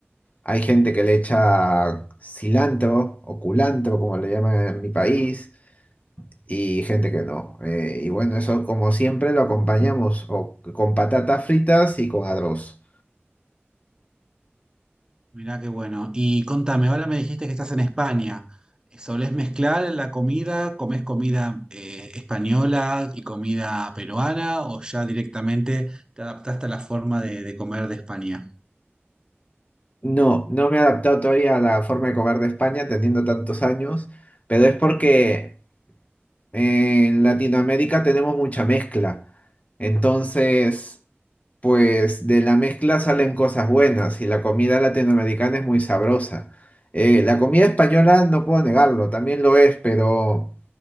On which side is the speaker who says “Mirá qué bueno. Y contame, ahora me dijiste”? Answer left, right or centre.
Right